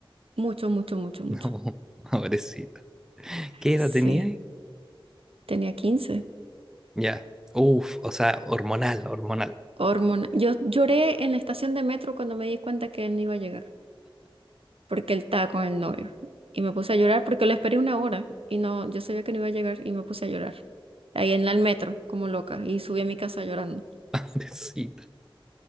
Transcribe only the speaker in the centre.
No, <laughs> pobrecita. ¿Qué
edad tenía? ahí?
Ya. Uf, o sea, hormonal, hormonal.
<laughs> Pobrecita.